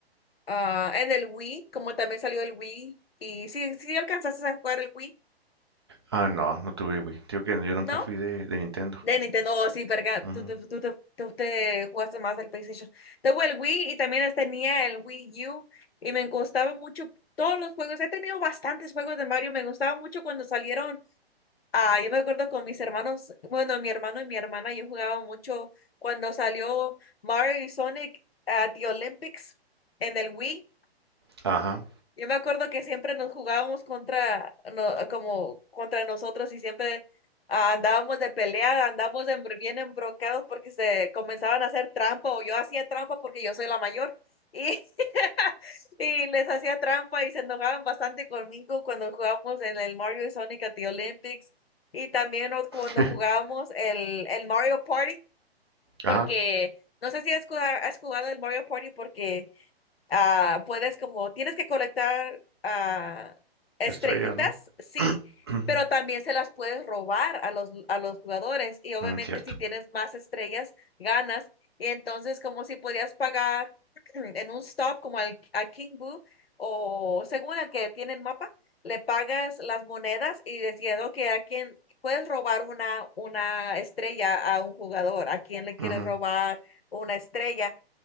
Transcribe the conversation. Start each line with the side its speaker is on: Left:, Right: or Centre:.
Left: ah, en el Wii, como también salió el Wii, y sí, sí alcanzaste a jugar el Wii,
Right: Ah, no, no tuve Wii. Digo que yo nunca
Left: ¿no?
Right: fui de, de Nintendo.
Left: De Nintendo, oh, sí, verga,
Right: Ujú.
Left: tú, te- tú, te- tú te jugaste más del PlayStation. Tengo el Wii y también tenía el Wii U y me gustaban mucho todos los juegos. He tenido bastantes juegos de Mario, me gustaba mucho cuando salieron. Ah, yo me acuerdo con mis hermanos, bueno, mi hermano y mi hermana, yo jugaba mucho cuando salió Mario y Sonic at the Olympics en el Wii.
Right: Ajá,
Left: Yo me acuerdo que siempre nos jugábamos contra, no, como contra nosotros y siempre ah, andábamos de pelea, andábamos de embro- bien embrocados porque se comenzaban a hacer trampa o yo hacía trampa porque yo soy la mayor y, <laughs> y les hacía trampa y se enojaban bastante conmigo cuando jugábamos en el Mario y Sonic at the Olympics y también o- cuando
Right: <laughs>
Left: jugábamos el, el Mario Party porque
Right: ajá,
Left: no sé si has jugado, has jugado el Mario Party porque ah, puedes como, tienes que colectar ah, estrellitas,
Right: estrellas, ¿no?
Left: sí,
Right: <clears throat> Ujú.
Left: pero también se las puedes robar a los, a los jugadores y obviamente
Right: Mm, cierto.
Left: si tienes más estrellas, ganas. Y entonces como si podías pagar <clears throat> en un stop como al, a King Boo o según el que tiene el mapa, le pagas las monedas y decías, ok, a quién puedes robar una, una estrella a un jugador, a quién le quieres
Right: Ujú.
Left: robar una estrella